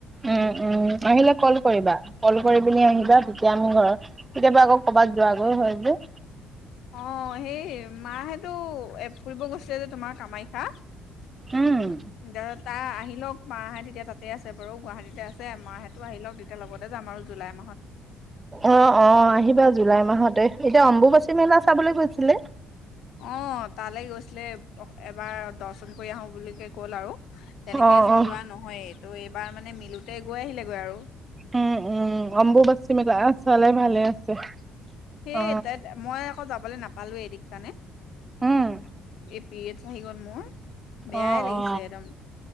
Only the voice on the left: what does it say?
অঁ সেই মাহেঁতো ফুৰিব গৈছিলে যে তোমাৰ কামাখ্যা। <unintelligible>
তাই আহি লওক মাহেঁত এতিয়া তাতেই আছে বাৰু গুৱাহাটীতে আছে মাহেঁতো আহি লওক তেতিয়া লগতে যাম আৰু জুলাই মাহত।
অঁ তালে গৈছিলে এবাৰ দৰ্শন কৰি আহোঁ বুলিকে গ'ল আৰু। তেনেকেই
চোন
যোৱা নহয়ে তো এইবাৰ মানে মিলোতে গৈ আহিলেগৈ আৰু।
সেই
তাই মই আকৌ যাবলে নাপালোৱে দেখিচানে।
এই পিৰিয়েডচ আহি গ'ল মোৰ বেয়াই
লাগিছে
একদম।